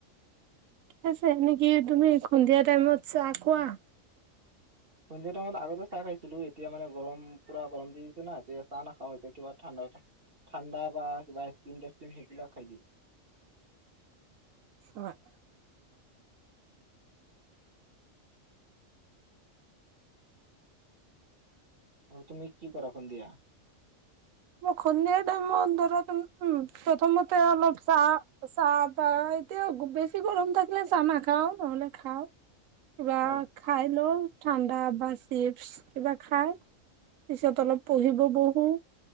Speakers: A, on the right; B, on the right.
A: আছে নেকি। তুমি সন্ধিয়া টাইমত চাহ খোৱা।
B: সন্ধিয়া টাইমত আগতে চাহ খাইছিলো এতিয়া মানে গৰম পুৰা গৰম দিছে না, এতিয়া চাহ নাখাওঁ এতিয়া কিবা ঠাণ্ডা ঠাণ্ডা বা কিবা স্ত্ৰিং টেস্ত্ৰিং সেইবিলাক খাই দিওঁ।
A: হয়।
B: আৰু তুমি কি কৰা সন্ধিয়া?
A: মই সন্ধিয়া টাইমত ধৰা উ উ, প্ৰথমতে অলপ চাহ চাহ পাই এতিয়া গুব বেছি গৰম থাকিলে চাহ নাখাওঁ নহলে খাওঁ। কিবা
B: অ
A: খাই লওঁ ঠাণ্ডা বাছ। চিপচ কিবা খাই পিছত অলপ পঢ়িব বহোঁ।